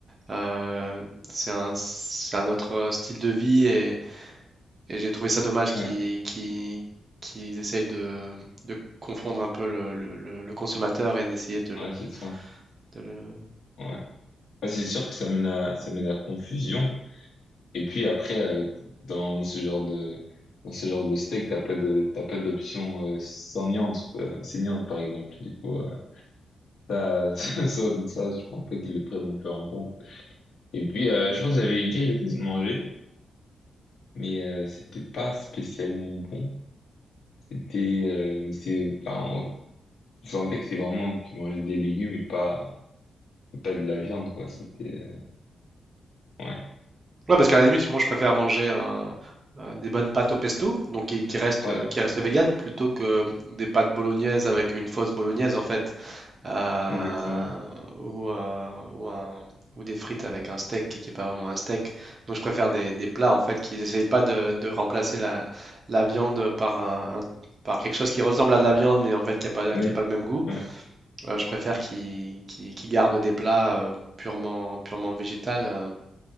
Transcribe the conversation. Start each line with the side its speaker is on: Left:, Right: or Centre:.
Right: Euh, c'est un, c'est un autre euh, style de vie et, et j'ai trouvé ça dommage qu'ils
Left: ouais,
Right: qu'ils- qu'ils essayent de, de confondre un peu le, le- le- le consommateur et d'essayer de le,
Left: ouais, c'est ça.
Right: de le-
Left: Ouais. Ouais, c'est sûr que ça mène à ça mène à confusion. Et puis après, euh, dans, dans ce genre de, dans ce genre de steak, t'as pas de, t'as pas d'option euh, saignante, euh, saignante par exemple. Du coup, euh, ça, <laughs> ça, ça, ça, je pense pas qu'ils le prennent non plus en compte. Et puis, euh, je pense que j'avais déjà eu l'occasion de manger, mais euh, c'était pas spécialement bon. C'était, euh, mais c'est, enfin, on je sentais que c'est vraiment, tu mangeais des légumes et pas, et pas de la viande, quoi. C'était, euh, ouais,
Right: Ouais, parce qu'à la limite, moi, je préfère manger un- un- des bonnes pâtes au pesto, donc qui, qui restent,
Left: ouais,
Right: euh, qui restent vegan, plutôt que des pâtes bolognaises avec une fausse bolognaise, en fait, euh,
Left: exactement.
Right: ou, euh, ou un- ou des frites avec un steak qui n'est pas vraiment un steak. Donc, je préfère des, des plats, en fait, qui n'essayent pas de, de remplacer la, la viande par un, un- par quelque chose qui ressemble à de la viande, mais en fait, qui n'a pas,
Left: Oui,
Right: qui a pas le même goût.
Left: ouais,
Right: Euh, je préfère qu'ils qu'ils- qu'ils gardent des plats euh, purement, purement végétal. euh,